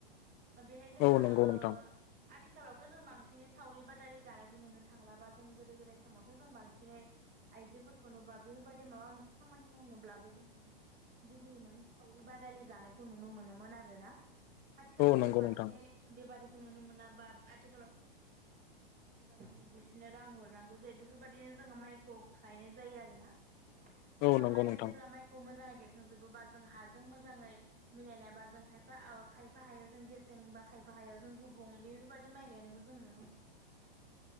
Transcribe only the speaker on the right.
बेहाय जोंहा
ओ
आथिखालावथ' जों बांसिनै सावरि बादालि गानायखौ नुनो थांलाबा जों गोदो गोदाय समावथ' जों बांसिनै आइजोफोरखौनो बा बेफोरबायदि माबा मोनसे खामानि मावनोब्लाबो जोंहा माने गुबैयै माने सावरि बादालि जानायखौ नुनो मोनोमोन आरोना। आथिखालाव
जों बांसिनै
बेबादिखौ नुनो मोना बा आथिखालाव एबा जोङो बिसिनो रां हरनांगौ जायो बेफोरबायदिनो जोङो माइखौ गायनाय जायो आरो ना। जोंहा
माइ
जेब्ला माइखौ मोजाङै गेखांजोबो बा जों हाजों मोजाङै मिलायनायबा जों खायफा खायफा हायाव जों गेसें बा खायफा हायाव जों गुबुं बेफोरबायदि माइ गायनायखौ जों नुनो मोनो। आरोना